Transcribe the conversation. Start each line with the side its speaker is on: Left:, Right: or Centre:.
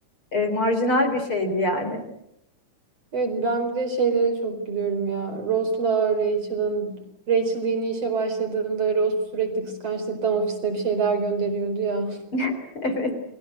Left: E, marjinal bir şeydi yani.
Right: Evet ben bir de şeylere çok gülüyorum ya. Ross'la Rachel'ın Rachel yeni işe başladığında Ross sürekli kıskançlıktan ofisine bir şeyler gönderiyordu ya.
Left: <laughs> Evet.